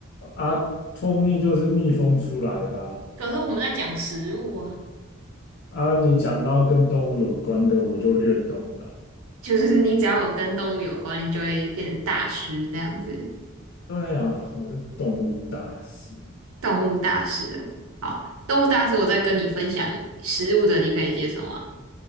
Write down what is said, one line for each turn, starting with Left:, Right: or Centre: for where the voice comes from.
Left: 啊，蜂蜜就是蜜蜂出来的啊。
Right: 可是我们在讲食物啊，
Left: 啊，你讲到跟动物有关的，我就略懂了。
Right: 就是你只要有跟动物有关，你就会变成大师这样子。
Left: 对呀，我是动物大师，
Right: 动物大师哦，好，动物大师，我在跟你分享食物的，你可以接受吗？